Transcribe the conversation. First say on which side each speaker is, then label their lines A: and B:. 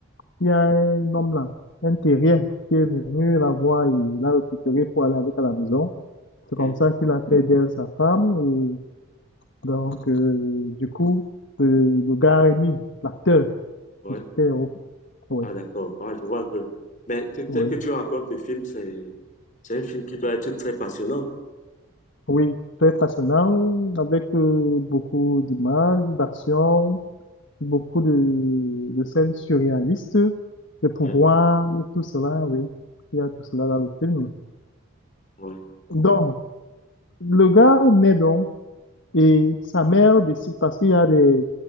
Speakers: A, on the left; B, on the left.
A: il y a un homme là, un terrien, qui est venu la voir et l'a récupérée pour aller avec à la maison.
B: OK.
A: C'est comme ça qu'il a fait d'elle sa femme. Et donc, euh, du coup, le, le gars Rémi, l'acteur,
B: Ouais.
A: le super-héros. Oui,
B: Ah, d'accord. Ah, je vois un peu. Mais t- tel
A: oui,
B: que tu racontes le film, c'est, c'est un film qui doit être très passionnant.
A: oui, très passionnant, avec euh, beaucoup d'images, d'action, beaucoup de, de scènes surréalistes, de pouvoirs,
B: Ouais,
A: tout cela, oui. Il y a tout cela dans le film.
B: ouais,
A: Donc, le gars naît donc Et sa mère décide, parce qu'il y a des,